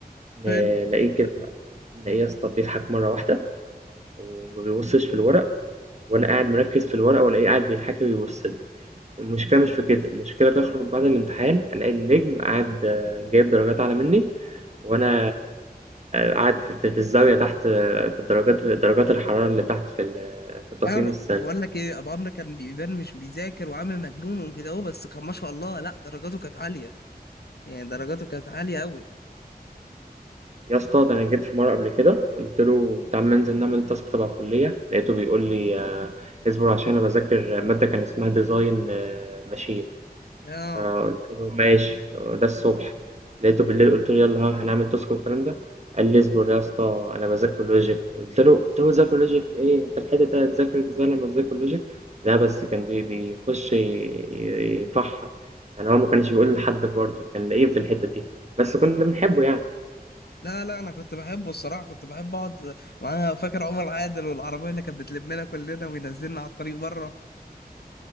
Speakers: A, on the right (about 45°); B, on the left (about 75°).
A: ن-
B: حلو
A: نلاقيه كده نلاقيه يا اسطى بيضحك مرة واحدة وما بيبصش في الورق وأنا قاعد مركز في الورقة وألاقيه قاعد بيضحك لي وبيبص لي المشكلة مش في كده المشكلة بخرج بعد الامتحان ألاقي النجم قاعد آه، جايب درجات أعلى مني وانا قاعد في في- في الزاويه تحت في الدرجات درجات الحراره اللي تحت في ال- في التقييم
B: حر
A: السنوي
B: بقول لك ايه ابو عمرو كان بيبان مش بيذاكر وعامل مجنون وكده هو بس كان ما شاء الله لا درجاته كانت عالية يعني درجاته كانت عالية قوي
A: يا اسطى ده انا جيت في مره قبل كده قلت له تعال ما ننزل نعمل تاسك تبع الكليه لقيته بيقول لي آه، اصبر عشان انا بذاكر ماده كان اسمها ديزاين ماشين
B: اه
A: فقُلت له: "ماشي." آآ ده الصبح، لقيته بالليل قُلت له: "يالّا ها هنعمل تاسك والكلام ده." قال لي: "اصبر يا اسطى أنا باذاكر logic." قُلت له قُلت له: "باذاكر logic إيه؟ أنت الحتة دي هتذاكر إزاي لمّا تذاكر logic؟" لأ بس كان بي بيخش ي ي- يفحّر، يعني هو ما كانش بيقول لحد برضه، كان لئيم في الحتة دي، بس كُنّا بنحبه يعني.
B: لا لا انا كنت بحبه الصراحه كنت بحب اقعد معايا فاكر عمر عادل والعربيه اللي كانت بتلمنا كلنا وينزلنا على الطريق بره